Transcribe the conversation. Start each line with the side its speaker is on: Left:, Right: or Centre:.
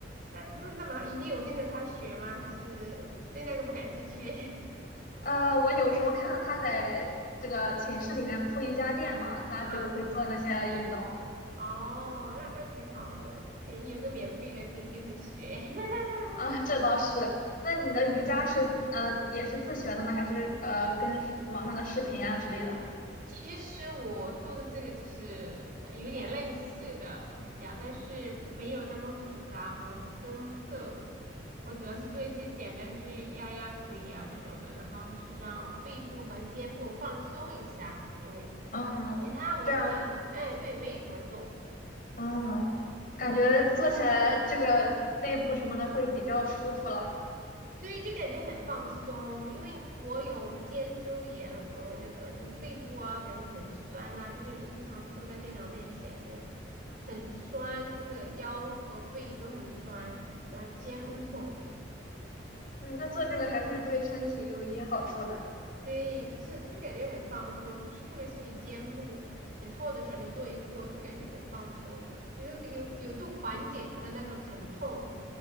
Right: 那嗯那么你有跟着他学吗？还是对那个不感兴趣？<laughs>
Left: 呃，我有时候看到他在这个寝室里面铺瑜伽垫嘛，他就会做那些运动
Right: 啊，哦，那那挺好的，可以有个免费的可以跟着学。<laughs>
Left: 啊，这倒是。那你的瑜伽是呃也是自学的吗？还是呃跟视网上的视频啊之类的？
Right: 其实我做的这个就是呃有点类似的瑜伽，但是没有那么复杂和深刻。我主要是做一些简单，就是压压腿呀、这种的，然后就是让背部和肩部放松一下，因为
Left: 嗯，
Right: 其他我都没，
Left: 这样，
Right: 哎，对，没怎么做。
Left: 嗯，感觉做起来这个背部什么的会比较舒服了。
Right: 对，就感觉很放松，因为我有肩周炎和那个就是背部啊，感觉很酸呐、就是你经常坐在电脑面前，就是很酸，真的腰和背都很酸，然后肩很痛，
Left: 嗯嗯，那做这个还是对身体有一定好处的。
Right: 对，就是就感觉很放松，就是特别是你肩部很痛的时候，你做一做就感觉很放松的，就是有有助缓解它的那种疼痛。